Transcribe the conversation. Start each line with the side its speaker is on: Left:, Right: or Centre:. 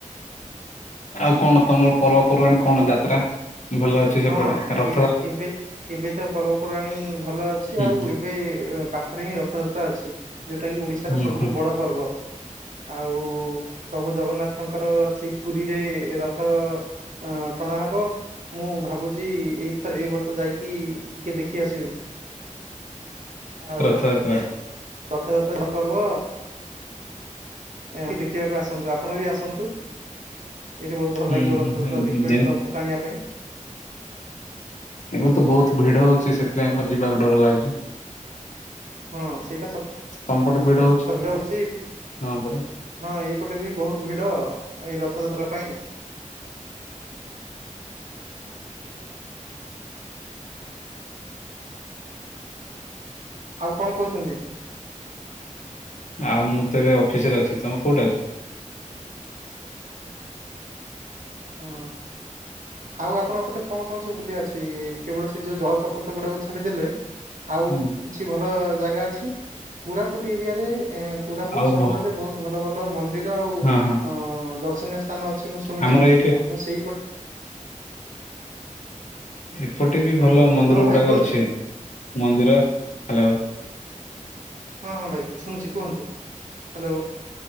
Left: ଆଉ କଣ ତମର ପର୍ବପର୍ବାଣୀ କଣ ଯାତ୍ରା? ଭଲ ଅଛି ସେପଟେ
Right: ହଁ
Left: ରଥ
Right: ଏବେ ଏବେ ତ ପର୍ବପର୍ବାଣିୀ ଭଲ ଅଛି
Left: ହୁଁ
Right: ଆଉ ଏବେ ପା ଖରେ ହିଁ ରଥଯାତ୍ରା ଅଛି ଯୋଉଟା କି ଓଡିଶାର
Left: ହୁଁ
Right: ସବୁଠୁ
Left: ହୁଁ
Right: ବଡ ପର୍ବ ଆଉ ପ୍ରଭୁ ଜଗନ୍ନାଥଙ୍କର ଅଛି ପୁରୀରେ ରଥ ଅ ଟଣା ହବ। ମୁଁ ଭାବୁଛି ଏଇଥର ଏଇ ବର୍ଷ ଯାଇକି ଟିକେ ଦେଖି ଆସିବି। ଆଉ
Left: ରଥଯାତ୍ରା।
Right: ରଥଯାତ୍ରା ଏକ ପର୍ବ? ଏହା ଦେଖିବାକୁ ଆସନ୍ତୁ ଆପଣ ବି ଆସନ୍ତୁ। ଏଇଠି ବହୁତ୍ ଭଲ
Left: ହୁଁ
Right: ଲାଗିବ ରଥ
Left: ହୁଁ
Right: ଯାତ୍ରା ଦେଖିବାକୁ ରଥ ଟାଣିବା ପାଇଁ।
Left: ଏବେ ତ ବହୁତ୍ ଭିଡ ହଉଛି ସେଥିପାଇଁ ଯିବାକୁ ଡର ଲାଗୁଛି।
Right: ହଁ ସେଇଟା ସତ
Left: ତମ ପଟେ ଭିଡ ହଉଛି
Right: ଭିଡ଼ହଉଛି
Left: ହଁ ପରା
Right: ହଁ ଏଇପଟେ ବି ବହୁତ୍ ଭିଡ ଏଇ ରଥଯାତ୍ରା ପାଇଁ ଆଉ କଣ କହୁଛନ୍ତି?
Left: ଆଉ ମୁଁ ତ ଏବେ ଅଫିସ୍ ରେ ଅଛି ତମେ କୋଉଠି ଅଛ?
Right: ହଁ ଆଉ ଆପଣଙ୍କ ପଟେ କଣ କଣ ସବୁ ବୁଲିଆ ଅଛି କେବଳ ସେ ଯୋଉ ଝ <unintelligible> ଗୁଡାକୁ ଛାଡିଦେଲେ ଆଉ
Left: ହୁଁ।
Right: କିଛି ଭଲ ଜାଗା ଅଛି? କୋରାପୁଟ ଏରିଆରେ କୋରାପୁଟ
Left: ଆଉ
Right: ସହରରେ
Left: ଭ
Right: ବହୁତ୍ ଭଲ ଭଲ ମନ୍ଦିର ଆଉ
Left: ହଁ ହଁ
Right: ଅ ଦର୍ଶନୀୟ ସ୍ଥାନ ଅଛି ମୁଁ ଶୁଣିଛି
Left: ଆମର ଏଇଠି
Right: ମୁଁ ସେଇପ
Left: ଏପଟେ ବି ଭଲ ମନ୍ଦିର
Right: ହଁ ଭାଇ
Left: ଗୁଡ଼ାକ
Right: କୁହନ୍ତୁ
Left: ଅଛି ମନ୍ଦିର ହାଲୋ।
Right: ହଁ ହଁ ଭାଇ ଶୁଣୁଛି କୁହନ୍ତୁ ହାଲୋ।